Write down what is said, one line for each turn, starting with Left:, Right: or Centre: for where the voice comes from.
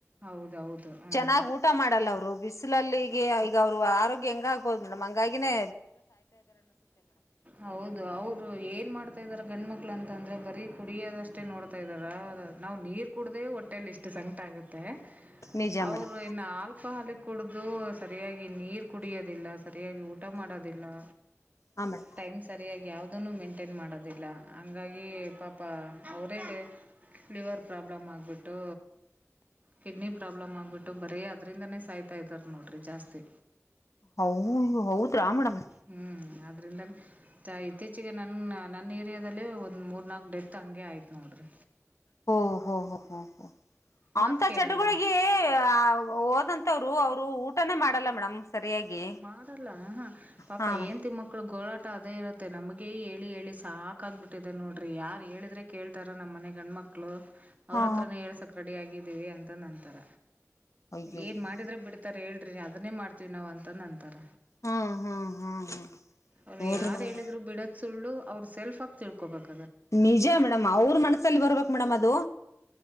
Right: ಹೌದೌದು ಹ್ಮ್
Left: ಚೆನ್ನಾಗ ಊಟ ಮಾಡಲ್ಲ ಅವ್ರು ಬಿಸಿಲಲ್ಲಿಗೆ ಈಗ ಅವ್ರು ಆರೋಗ್ಯ ಹೆಂಗ ಆಗ. ಹೌದ ಮೇಡಮ್ ಹಂಗಾಗಿನೆ.
Right: ಹೌದು ಅವರು ಏನ ಮಾಡ್ತಾ ಇದಾರೊ ಗಂಡ ಮಕ್ಳು. ಕಳ ಅಂತ ಅಂದ್ರೆ ಬರೀ ಕುಡಿಯೋದಷ್ಟೇ ನೋಡ್ತಾ ಇದ್ದಾರ ಅವರ ನಾವ ನೀರ್. ಕುಡ್ಡೆ ಹೊಟ್ಟೆೆಯಲ್ಲಿ ಇಷ್ಟ ಸಂಗಟ ಆಗತ್ತೆ
Left: ನಿಜ
Right: ಅವರು
Left: ಮೇಡಮ್
Right: ಇನ್ನ ಆಲ್ಕೊಹಾಲಿಕ್ ಕುಡ್ದು ಸರಿಯಾಗಿ ನೀರ ಕುಡಿಯೋದಿಲ್ಲ ಸರಿಯಾಗಿ ಊಟ. ಊಟಾ ಮಾಡೋದ. ದಿಲ್ಲಾ.
Left: ಹಾ ಮೇಡಮ್
Right: ಟೈಮ್ ಸರಿಯಾಗಿ ಯಾವ್ದನು ಮೇಂಟೈನ್ ಮಾಡದ. ದಿಲ್ಲ ಹಂಗಾಗಿ ಪಾಪ ಎವರಿಡೇ ಲಿವರ್ ಪ್ರಾಬ್ಲಮ್ ಆಗಬಿಟ್ಟು ಕಿಡ್ನಿ ಪ್ರಾಬ್ಲಮ್ ಆಗಬಿಟ್ಟು ಬರೆ ಅದರಿಂದಾನೇ ಸಾಯ್ತಾ ಇದ್ದಾರ ನೋಡ್ರಿ ಜಾಸ್ತಿ.
Left: ಹೌ ಹೌದ್ರಾ ಮೇಡಮ್.
Right: ಹ್ ಅದರಿಂದಾನೆ ಚಾ ಇತ್ತೀಚಿಗೆ ನನ್ನ ನನ್ನ ಏರಿಯಾದಲ್ಲೆ ಒಂದ ಮೂರ ನಾಲ್ಕ ಡೆತ್ ಹಂಗೆ ಆಯ್ತ ನೋಡ್ರಿ.
Left: ಹೊ ಓಹೋ ಹ
Right: ಮಾತ್
Left: ಅಂತ
Right: ಕೇಳಲ್ಲ
Left: ಚಟಗಳಿಗೆ ಆ ಹೋದಂತವರು ಅವರು. ಅವರು ಊಟನೇ ಮಾಡಲ್ಲ ಮೇಡಮ್. ಸರಿಯಾಗಿ
Right: ಮಾಡಲ್ಲ ಹಹ ಪಾಪ
Left: ಹಾ ಮೇಡಮ್
Right: ಹೆಂತಿ ಮಕ್ಳು ಗೋಳಾಟ. ಟ ಅದೇ ಇರತ್ತೆ ನಮಗೆ ಹೇಳಿ ಹೇಳಿ ಸಾಕ ಆಗ್ಬಿಟ್ಟಿದೆ ನೋಡ್ರಿ ಯಾರ ಹೇಳಿದ್ರೆ ಕೇಳ್ತಾರ. ನಮ್ಮ ಮನೆ ಗಂಡ ಮಕ್ಕಳು ಅವ್ರ
Left: ಹಾ
Right: ಹತ್ರಾನೆ ಹೆಳ್ಸಕ ರೆಡಿ ಆಗಿ. ಆಗಿದೀವಿ ಅಂತ ಅಂದ ಅನ್ನತಾರ.
Left: ಅಯ್ಯಯ್ಯೋ
Right: ಏನ ಮಾಡಿದ್ರರು ಬಿಡ್ತಾರ ಹೇಳ. <unintelligible> ಅದನ್ನೇ ಮಾಡತೀವಿ ನಾವ ಅಂತ. ಅಂತ ಅಂದ ಅನ್ನತರ.
Left: ಹ್ಮ್ ಹ್ಮ್ ಹ್ಮ್ ಹ್ಮ್
Right: ಅವರ
Left: ನೋಡ್ರಿ
Right: ಯಾರ
Left: ಮೇಡಮ್
Right: ಹೇಳಿದ್ರು ಬಿಡೋದ ಸುಳ್ಳು. ಅವ್ರರು ಸೆಲ್ಫ ಆಗಿ ತಿಳ್ಕೋಬೇಕು
Left: ನಿಜ ಮೇಡಮ್ ಅವ್ರ ಮನಸಲ್ಲಿ ಬರ್ಬೇಕು ಮೇಡಮ್ ಅದು